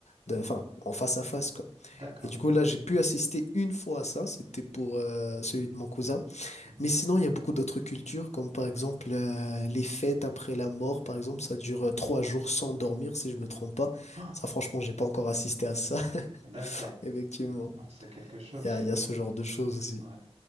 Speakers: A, on the left; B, on the right.
A: de- enfin, en face à face, quoi.
B: D'accord.
A: Et du coup, là, j'ai pu assister une fois à ça. C'était pour euh, celui de mon cousin.
B: Mhm.
A: Mais sinon, il y a beaucoup d'autres cultures, comme par exemple euh, les fêtes après la mort, par exemple, ça dure euh, trois jours sans dormir, si je me trompe pas.
B: Ah,
A: Ça, franchement, j'ai pas encore assisté à ça,
B: d'accord.
A: <laughs> effectivement.
B: Alors, c'est quelque chose.
A: Il y a, il y a ce genre de choses aussi.
B: Ouais.